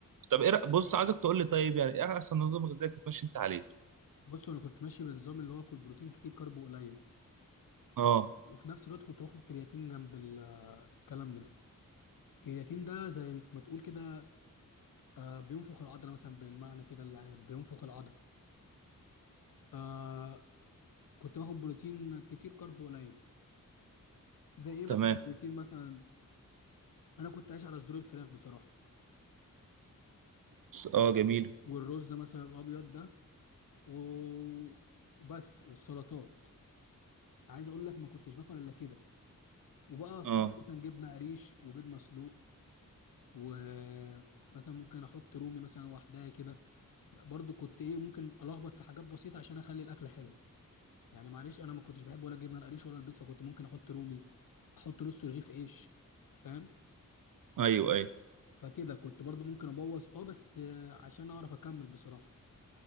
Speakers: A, on the right; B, on the left.
A: طب ايه رأ- بص عايزك تقول لي طيب يعني ايه احسن نظام غذائي بتمشي انت عليه
B: بص انا كنت ماشي بنظام اللي هو كل بروتين كتير كارب قليل
A: اه
B: وفي نفس الوقت كنت باخد كرياتين جنب ال- الكلام ده الكرياتين ده زي ما تقول كده آه، بينفخ العضله مثلا بالمعنى كده العام بينفخ العضله آه كنت باخد بروتين كتير كارب قليل زي ايه مثلا
A: تمام
B: البروتين مثلا انا كنت عايش على صدور الفراخ بصراحه
A: س- اه جميل
B: والرز مثلا الابيض ده و- وبس والسلطات عايز اقول لك ما كنتش باكل الا كده وبقى فطار
A: اه
B: مثلا جبنه قريش وبيض مسلوق ومثلا ممكن احط رومي مثلا لوحدها كده برضو كنت ايه ممكن الخبط في حاجات بسيطه عشان اخلي الاكله حلوه يعني معلش انا ما كنتش بحب ولا الجبنه القريش ولا البيض فكنت ممكن احط رومي احط نص رغيف عيش فاهم
A: ايوه ايوه
B: فكده كنت برضو ممكن ابوظ اه بس آه، عشان اعرف اكمل بصراحه